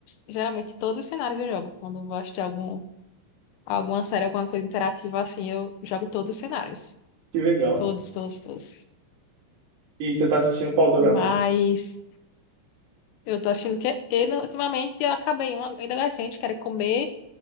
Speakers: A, on the left; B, on the right.
A: geralmente todos os cenários eu jogo. Quando eu vou assistir algum, alguma série, alguma coisa interativa assim, eu jogo todos os cenários.
B: Que legal.
A: Todos, todos, todos.
B: E você tá assistindo qual dorama?
A: Mas eu tô achando que é, eu, não- ultimamente eu acabei um ainda adolescente, quero comer,